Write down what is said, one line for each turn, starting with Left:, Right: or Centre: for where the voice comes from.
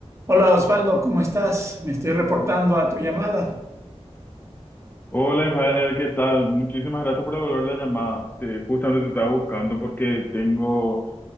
Right: Hola Osvaldo, ¿cómo estás? Me estoy reportando a tu llamada.
Left: Hola, Ismael, ¿qué tal? Muchísimas gracias por devolver la llamada. Te- justamente te estaba buscando porque tengo